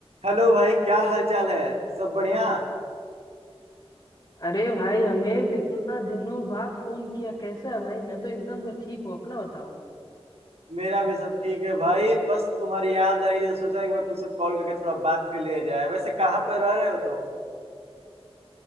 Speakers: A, on the right; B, on the left.
A: Hello भाई क्या हाल चाल है सब बढ़िया
B: अरे भाई हमें तो इतना दिनों बाद फोन किया कैसा है भाई मैं तो एकदम से ठीक हूँ अपना बताओ
A: मेरा भी सब ठीक है भाई बस तुम्हारी याद आ रही थी तो सोचा एक बार तुमसे कॉल करके थोड़ा बात कर लिया जाए वैसे कहाँ पे रह रहे हो तुम